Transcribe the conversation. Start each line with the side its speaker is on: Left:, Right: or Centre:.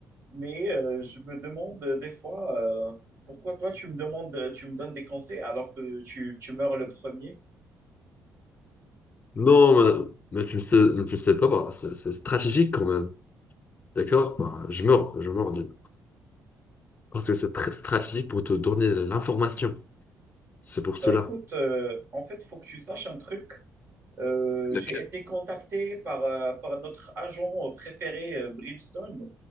Right: Mais euh, je me demande euh, des fois euh, pourquoi toi tu me demandes, euh, tu me donnes des conseils alors que tu, tu meurs le premier.
Left: Non, mais, mais tu ne sais, mais tu ne sais pas, bah, c'est c'est stratégique quand même. D'accord? Bah, je meurs, je meurs. du- Parce que c'est très stratégique pour te donner l'information. C'est pour
Right: Bah
Left: cela.
Right: écoute, euh, en fait, il faut que tu saches un truc. Euh,
Left: D'accord?
Right: j'ai été contacté par, euh, par notre agent préféré, euh, Bridgestone.